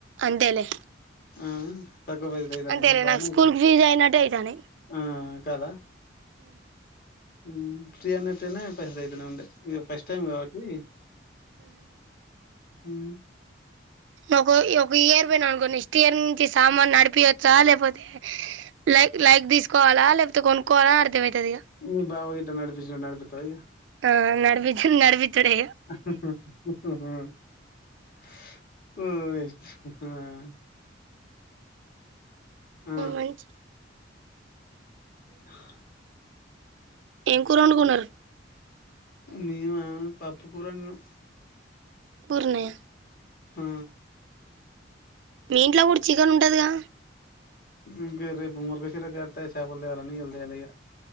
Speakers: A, on the right; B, on the left.
A: అంతేలే
B: ఆ తక్కువ పైసలు అయితన్నాయ
A: అంతేలే
B: బానే
A: నాకు స్కూల్
B: అయితాయి
A: ఫీజు అయినట్టే అయితానయి
B: ఆ కదా ఉ త్రీ హండ్రెడ్ తోనే పైస అయితనే ఉండే ఇక ఫస్ట్ టైమ్ కాబట్టి ఊ
A: ఒక ఇ ఒక ఇయర్ పోయినా అనుకో నెక్స్ట్ ఇయర్ నుంచి సామాను నడిపియొచ్చా లేకపోతే లైక్ లైక్ తీసుకోవాలా లేకపోతే కొనుక్కోవాలా అర్థమయితది ఇగ
B: మీ బావ గిట్ట నడిపించినట్టు నడిపిత్తవా ఇగ
A: ఆ నడిపిచ్చుడు నడివిచ్చుడే
B: <inaudible> మ్ ఆ ఆ
A: మంచి
B: <inaudible>
A: ఏం కూరొండుకున్నారు
B: మీమ పప్పు కూర వండినం
A: పూర్ణ
B: ఆ
A: మీ ఇంట్ల కూడా చికెన్ ఉంటదిగా
B: ఇగ రేపు ముర్గాసిరా కర్త్ చపల్ తేవాలాని ఇయ్యాల తేలే ఇగ